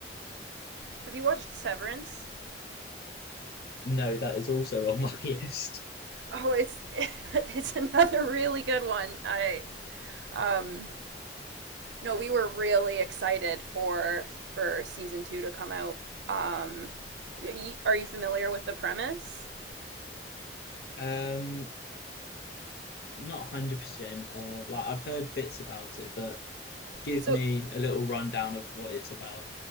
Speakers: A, on the right; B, on the left.
A: Have you watched Severance?
B: No, that is also on my <laughs> list.
A: Oh, it's <laughs> it's another really good one. I um no, we were really excited for for season 2 to come out. Um are you familiar with the premise?
B: Um, not 100%. Uh, like I've heard bits about it, but give
A: So
B: me a little rundown of what it's about.